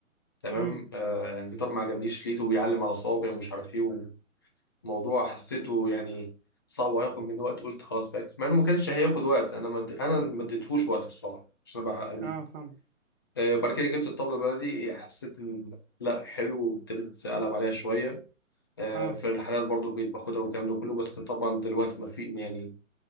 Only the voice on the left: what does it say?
تمام
آه يعني جيتار ما عجبنيش لقيته بيعلم على صوابعي ومش عارف ايه وموضوع حسيته يعني صعب وهياخد مني وقت قلت خلاص فاكس مع انه ما كانش هياخد وقت انا مد... انا ما اديتهوش وقت الصراحه عشان ابقى امين
آه بعد كده جبت الطبله البلدي حسيت ان لا حلو وابتديت العب عليها شويه آه
في الحالات برضو بقيت باخدها والكلام ده كله بس طبعا دلوقتي ما في يعني